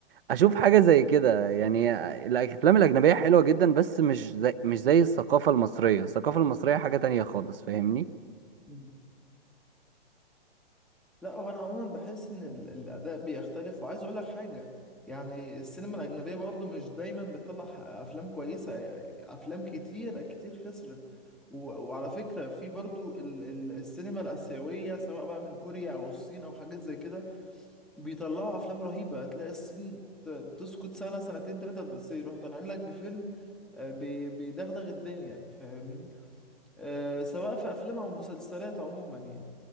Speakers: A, on the right; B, in the centre.
A: اشوف حاجه زي كده يعني الافلام الاجنبيه حلوه جدا بس مش زي مش زي الثقافه المصريه الثقافه المصريه حاجه تانية خالص فاهمني
B: مم. لا هو انا عموما بحس ان ال- الاداء بيختلف وعايز اقول لك حاجه يعني السينما الاجنبيه برضو مش دايما بتطلع افلام كويسه افلام كتير كتير خسرت و- وعلى فكره في برضو ال- ال- السينما الاسيويه سواء بقى من كوريا او الصين او حاجات زي كده بيطلعوا افلام رهيبه تلاقي الصين ت- تسكت سنه سنتين ثلاثه بس يروحوا طالعين لك بفيلم آه، بي- بيدغدغ الدنيا فاهمني آه، سواء في افلام او مسلسلات عموما يعني